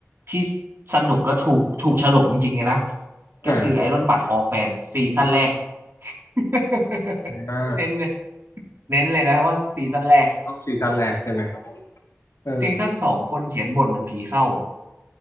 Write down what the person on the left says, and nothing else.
อ่า
อ่า
ต้องซีซั่นแรกใช่ไหมเออ